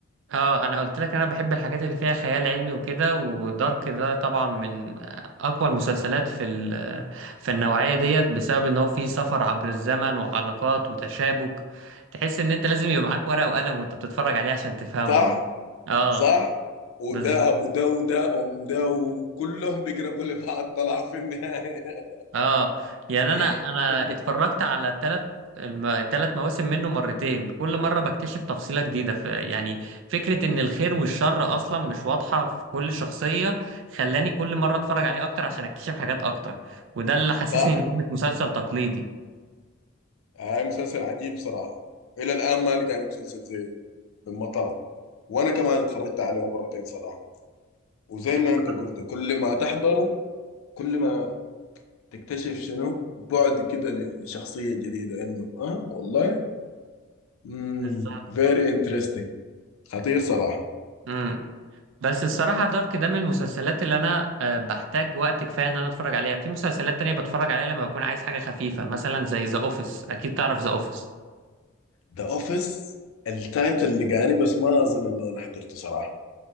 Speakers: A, on the right; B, on the left.
A: اه انا قلت لك انا بحب الحاجات اللي فيها خيال علمي وكده ودارك ده طبعا من اقوى المسلسلات في ال- في النوعيه ديت بسبب ان هو فيه سفر عبر الزمن وعلاقات وتشابك تحس ان انت لازم يبقى معاك ورقه وقلم وانت بتتفرج عليه عشان تفهمه
B: صح؟
A: اه
B: صح؟ وده
A: بالظبط
B: ابو ده وده ام ده وكلهم بيقربوا لبعض طلعوا في النهاية
A: اه يعني
B: <laughs>
A: انا انا اتفرجت على التلات الم- التلات مواسم منه مرتين كل مرة بكتشف تفصيلة جديدة في يعني فكرة ان الخير والشر اصلا مش واضحة في كل شخصية خلاني كل مرة اتفرج عليه اكتر عشان اكتشف حاجات اكتر وده اللي حسسني
B: صح؟
A: انه مش مسلسل تقليدي
B: هاي مسلسل عجيب صراحة الى الان ما لقاني مسلسل زيه لما طلع وانا كمان اتفرجت عليه مرتين صراحة وزي
A: اتفرجت
B: ما انت قلت كل ما تحضره كل ما تكتشف شنو بعد كده ل- لشخصية جديدة انه اه والله امم
A: بالظبط
B: فيري انترستنج خطير صراحه
A: امم بس الصراحة دارك ده من المسلسلات اللي أنا آه، بحتاج وقت كفاية إن أنا أتفرج عليها، في مسلسلات تانية بتفرج عليها لما بكون عايز حاجة خفيفة، مثلا زي ذا أوفيس، أكيد تعرف ذا أوفيس.
B: ذا اوفيس التايتل اللي جاني بس ما اظن انه انا حضرته صراحه